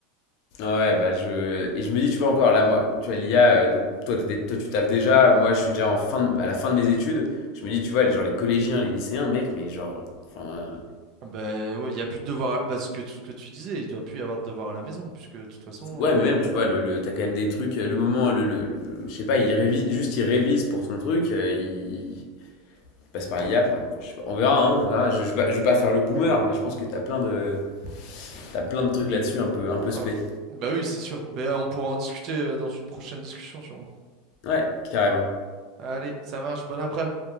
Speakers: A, on the left (about 55°); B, on the right (about 45°).
A: ouais, Ouais, bah je. Et je me dis, tu vois, encore là, moi, tu vois, l'IA, euh, donc toi, t'es- toi, tu taffes déjà. Moi, je suis déjà en fin de- à la fin de mes études. Je me dis, tu vois, genre les collégiens, les lycéens, mec, mais genre. Enfin.
B: Ah Bah ouais, il n'y a plus de devoirs, à- bah, ce que, ce que tu disais, il doit plus y avoir de devoirs à la maison, puisque de toute façon.
A: Ouais, mais même, tu vois, le, le- t'as quand même des trucs. Le moment, le, le, le- je sais pas, il révise, juste il révise pour son truc. euh, il, il passe par l'IA. enfin, je sais pas, on verra, hein, on verra. Je, je, vais pas- je vais pas faire le boomer, mais je pense que t'as plein de. T'as plein de trucs là-dessus un peu, un peu spé.
B: Ah, Bah oui, c'est sûr. Mais euh, on pourra en discuter euh, dans une prochaine discussion, sûrement.
A: Ouais, carrément.
B: Allez, ça marche. Bon après-midi.